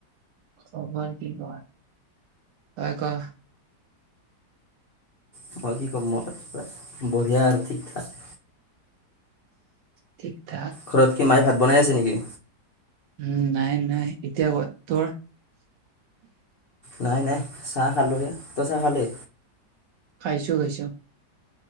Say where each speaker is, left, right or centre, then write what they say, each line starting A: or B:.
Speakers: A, on the right; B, on the left.
A: খবৰ কি কোৱা, কোৱা-কোৱা?
B: খবৰ কি কম মই বঢ়িয়া আৰু ঠিক-ঠাক।
A: ঠিক-ঠাক।
B: ঘৰত কি মায়ে ভাত বনাই আছে নেকি?
A: উম নাই-নাই এতিয়া ক'ত তোৰ?
B: নাই-নাই চাহ খালোহে, তই চাহ খালি?
A: খাইছো-খাইছো।